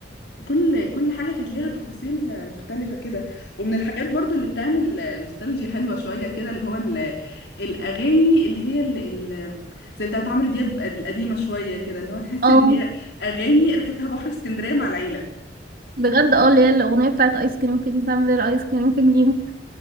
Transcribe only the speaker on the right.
اه
بجد اه اللي هي الاغنيه بتاعت ايس كريم كيدي سامبر ايس كريم في جليم